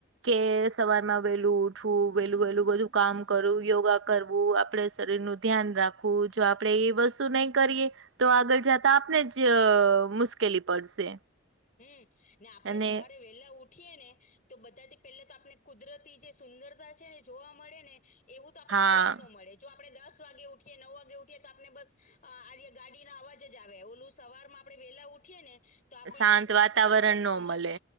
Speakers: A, on the right; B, on the left.
A: કે સવારમાં વેહલું ઉ ઠવું, વેલું વેલું બધું કામ કરવું, યોગા કરવું, આપડે શરીરનું ધ્યાન રા ખવુ, જો આપડે એ વસ્તુ નહી કરીએ તો આગળ જાતા આપને જ મુશ્કેલી પડશે.
B: હમ્મ, ને આપડે
A: અને
B: સવારે વેલા ઉ ઠીએને તો બધાથી પેલા તો આપને કુદરતી જે સુંદરતા છે ને એ જોવા મળેને એવું તો આપણને
A: હા
B: જોવા જ નો મળે છે. જો આપણે દસ વાગે ઉઠીએ, નવ વાગે ઉઠીએ તો આપને બસ આ ગાડીના અવાજ જ આવે ઓલું સવારમાં આપણે વેલા ઉઠીએને તો આપણને
A: શાંત વાતાવરણ
B: અ
A: નો
B: મસ્
A: મળે